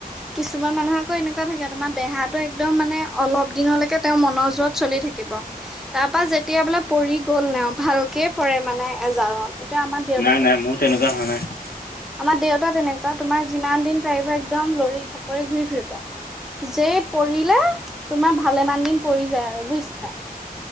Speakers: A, in the centre; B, on the left.
A: কিছুমান মানুহ আকৌ এনেকুৱা থাকে তোমাৰ দেহাটো একদম মানে অলপ দিনলৈকে তেওঁৰ মনৰ জোৰত চলি থাকিব। তাৰপা যেতিয়া বোলে পৰি গ'ল ন ভালকে পৰে মানে এজাৰন এতিয়া আমাৰ দেউতা।
B: নাই নাই মোৰ তেনেকুৱা হোৱা নাই।
A: আমাৰ দেউতা তেনেকুৱা তোমাৰ যিমান দিন টাইফেট একদম লৰি ঢাপৰি ঘূৰি ফুৰিব, যে পৰিলে তোমাৰ ভালেমান দিন পৰি যায় আৰু বুজিছা।